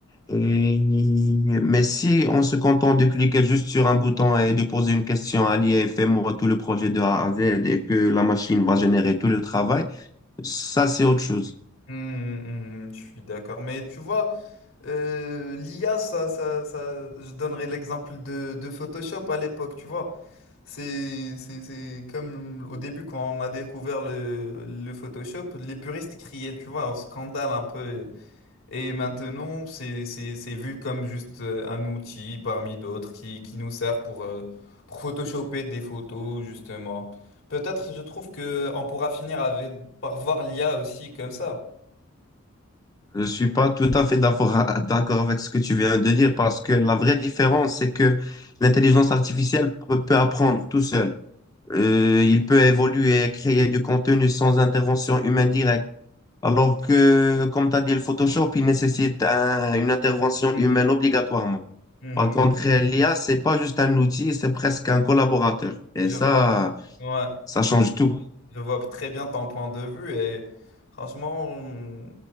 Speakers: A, on the left; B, on the left.
A: Et- Mais si on se contente de cliquer juste sur un bouton et de poser une question à l'IA et fais-moi tout le projet de A à Z et que la machine va générer tout le travail, ça c'est autre chose.
B: Hum, hum, je suis d'accord. Mais tu vois, Euh, l'IA, ça, ça, ça, je donnerai l'exemple de, de Photoshop à l'époque, tu vois. C'est, c'est, c'est comme au début quand on a découvert le, le Photoshop, les puristes criaient, tu vois, un scandale un peu. Et maintenant, c'est, c'est, c'est vu comme juste euh, un outil parmi d'autres qui, qui nous sert pour, euh, pour photoshopper des photos, justement. Peut-être, je trouve que on pourra finir avec, par voir l'IA aussi comme ça.
A: Je suis pas tout à fait d'accord <laughs> d'accord avec ce que tu viens de dire parce que la vraie différence, c'est que l'intelligence artificielle peut peut apprendre tout seul. Euh, il peut évoluer et créer du contenu sans intervention humaine directe. Alors que, comme tu as dit, le Photoshop, il nécessite un- une intervention
B: Mhm.
A: humaine obligatoirement.
B: Mhm.
A: Par contre, l'IA, c'est pas juste un outil, c'est presque un collaborateur. Et
B: Je
A: ça,
B: vois. Ouais.
A: ça change tout.
B: Je vois très bien ton point de vue et franchement, hum,